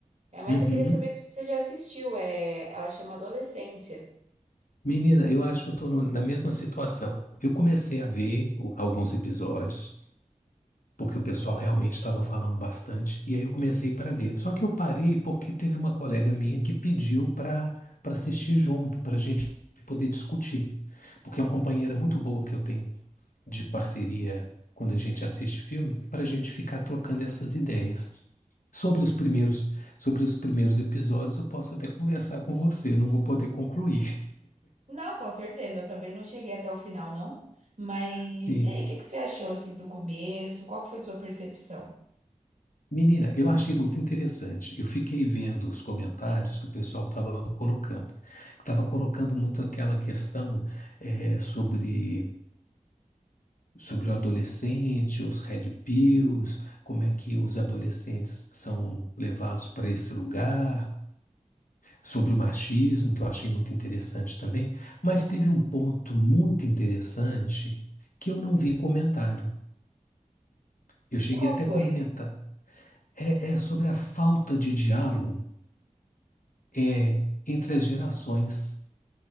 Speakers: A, on the right; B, on the left.
A: é, mas
B: uhum.
A: eu queria saber se você já assistiu. É, ela chama Adolescência.
B: Menina, eu acho que eu estou na mesma situação. Eu comecei a ver o- alguns episódios, porque o pessoal realmente estava falando bastante, e aí eu comecei para ver. Só que eu parei porque teve uma colega minha que pediu para para assistir junto, para a gente poder discutir. Porque é uma companheira muito boa que eu tenho de parceria quando a gente assiste filme, para a gente ficar trocando essas ideias. Sobre os primeiros, sobre os primeiros episódios, eu posso até conversar com você, não vou poder concluir.
A: Não, com certeza. Eu também não cheguei até o final, não. Mas
B: <laughs> Sim.
A: e aí, o que que você achou assim do começo? Qual que foi sua percepção?
B: Menina, eu achei muito interessante. Eu fiquei vendo os comentários que o pessoal estava colocando. Estava colocando muito aquela questão eh, sobre, sobre o adolescente, os red pills, como é que os adolescentes são levados para esse lugar sobre o machismo, que eu achei muito interessante também, mas teve um ponto muito interessante que eu não vi comentário. Eu cheguei
A: Qual
B: até
A: foi?
B: a comentar. É, é sobre a falta de diálogo é, entre as gerações.